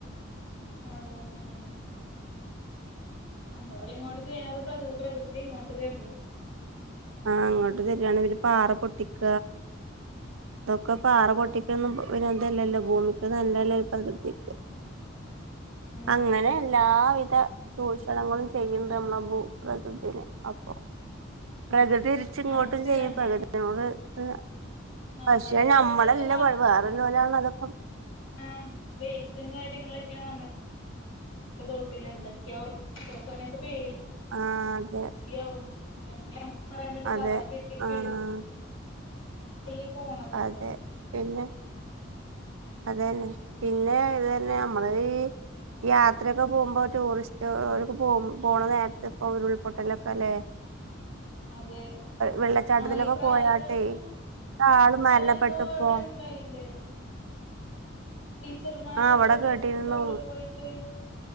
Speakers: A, on the left (about 80°); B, on the right (about 85°).
A: അതന്നെ നമ്മളോട് ഇങ്ങോട്ട് ചെയ്യണത് പ്രകൃ പ്രകൃതി ഇങ്ങോട്ട് തര്ണു.
B: ആഹ് അങ്ങോട്ട് തരാണ് പിന്നൊ പാറ പൊട്ടിക്ക ഇതൊക്ക പാറ പൊട്ടി ഇതൊന്നും
A: അത്
B: ഇതല്ലല്ലോ ഭൂമിക്ക് നല്ല അല്ലേൽ ഇപ്പ പ്രകൃതിക്ക്
A: ഉം
B: അങ്ങനെ എല്ലാവിധ ചൂഷണങ്ങളും ചെയ്യണ്ട് അമ്മളൊ ഭൂപ്രകൃതിനെ അപ്പൊ പ്രകൃതി തിരിച്ച് ഇങ്ങോട്ടും
A: നറച്ച്
B: ചെയ്യും
A: നമ്മടെ
B: പ്രകൃതി നമ്മക്ക് അ
A: നമ്മടെ
B: പക്ഷെ ഞമ്മളെല്ല
A: തോട്ടിലൊക്കെ
B: <unintelligible> വേറോള്ളൊരാണ് അതൊക്ക
A: ആഹ് വേസ്റ്റും കാര്യങ്ങളെക്കെയാണ് നമ്മ തോട്ടിലെന്തക്കെയോ ചെല സമയത്ത് പേടി
B: ആഹ് അതെ
A: യവും എന്താണെന്ന് പറയാം മെറ്റെ
B: അതെ
A: കവറി കെട്ടി ഒക്കെഇടും
B: ആഹ്
A: <unintelligible>
B: അതെ പിന്നെ അതെന്നെ പിന്നെ ഇത് തന്നെ നമ്മള് ഈ യാത്രയൊക്കെ പോകുപോ ടൂറിസ്റ്റ് അ അവരെക്ക പോ പോണ നേരത്ത് ഇപ്പൊ ഉരുൾപൊട്ടലൊക്ക അല്ലെ
A: അതെ
B: വെള്ളച്ചാട്ടത്തിലൊക്കെ
A: ആ ഇപ്ര
B: പോയാട്ടെ
A: ഇ പ്രാവശ്യം
B: ആള് മരണപ്പെട്ടു
A: ആ എന്തോ
B: ഇപ്പോ
A: എവിടെ ഉണ്ടായില്ലേ ടീച്ചർമാരെന്തോ
B: ആ അവിടെ
A: ട്രിപ്പ്
B: കേട്ടിരുന്നു
A: ടൂറ് പോയിട്ട്